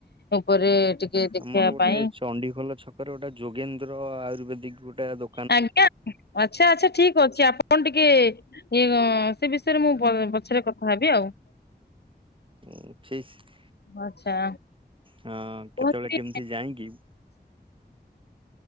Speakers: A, on the left; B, on the right.
A: ଉପରେ। ଟିକେ ଦେଖିବା
B: ଆମର ଗୋଟେ
A: ପାଇଁ
B: ଚଣ୍ଡିଖୋଲ ଛକରେ ଗୋଟେ ଯୋଗେନ୍ଦ୍ର ଆୟୁର୍ବେଦିକ ଗୋଟେ ଦୋ
A: ଆଜ୍ଞା ଆଚ୍ଛା ଆଚ୍ଛା ଠିକ ଅଛି ଆପଣ ଟିକେ। ଇଏ କଁ ସେ ବିଷୟରେ ମୁଁ ପ ପଛରେ କଥା ହେବି ଆଉ।
B: ଉଁ ଫିସ।
A: ଆଚ୍ଛା।
B: ହଁ
A: କୌଣସି
B: କେତେବେଳେ କେମିତି ଯାଇଁ କି।